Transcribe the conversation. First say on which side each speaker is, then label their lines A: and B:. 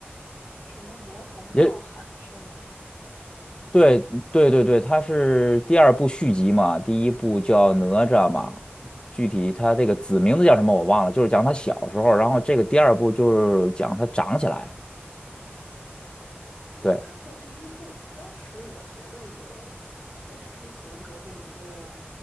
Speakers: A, on the left; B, on the left.
A: 什么《魔童闹海》是吗？
B: 也对对对对，它是第二部续集嘛，第一部叫哪吒嘛，具体它这个子名字叫什么我忘了，就是讲他小时候，然后这个第二部就是讲他长起来了，对，
A: 我看过第一部，当时我觉得也就只是合格的一个